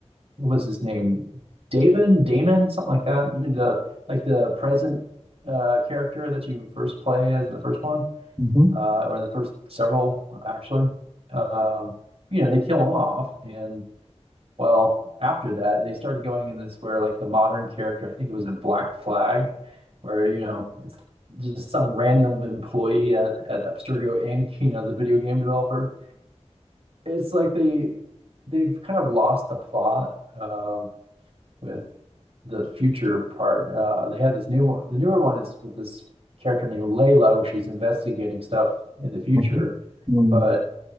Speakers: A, on the right; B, on the right.
A: what was his name? Davin, Damon, something like that. You know, the like the present uh character that you first play as in the first one.
B: Mm-hmm.
A: uh, or the first several, actually, um, you know, they kill off. And well, after that, they started going in this where, like, the modern character, I think it was in Black Flag, where, you know, it's just some random employee at, at Abstergo Inc., you know, the video game developer. It's like they they've kind of lost the plot um, with the future part. Uh, they had this new one. The newer one is with this character named Layla, where she's investigating stuff in the future
B: Mhm. Mm,
A: but